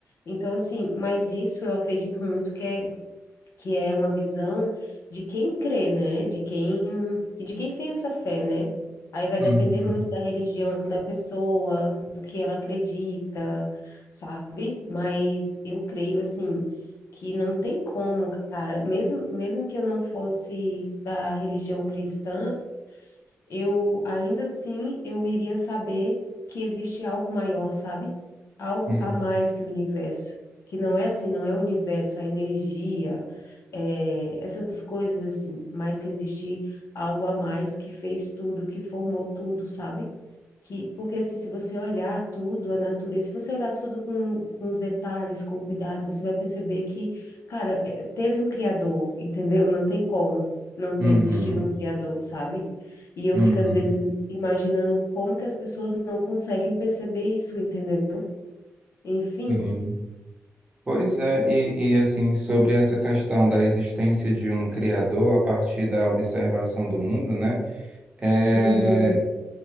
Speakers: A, on the left (about 70°); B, on the right (about 25°).
A: Então, assim, mas isso eu acredito muito que é, que é uma visão de quem crê, né? De quem, de quem tem essa fé, né? Aí vai
B: Uhum,
A: depender muito da religião da pessoa, do que ela acredita, sabe? Mas eu creio, assim, que não tem como, cara, mesmo, mesmo que eu não fosse da religião cristã, eu ainda assim eu iria saber que existe algo maior, sabe? Algo
B: uhum,
A: a mais que o universo, que não é assim, não é o universo, a energia, é, essas coisas assim, mas que existe algo a mais que fez tudo, que formou tudo, sabe? Que, porque assim, se você olhar tudo, a natureza, se você olhar tudo com, com os detalhes, com cuidado, você vai perceber que, cara, é, teve um criador, entendeu? Não tem como não ter
B: uhum,
A: existido um criador, sabe? E eu
B: uhum,
A: fico, às vezes, imaginando como que as pessoas não conseguem perceber isso, entendeu? Enfim.
B: sim. Pois é, e, e assim, sobre essa questão da existência de um criador a partir da observação do mundo, né? É,
A: Uhum,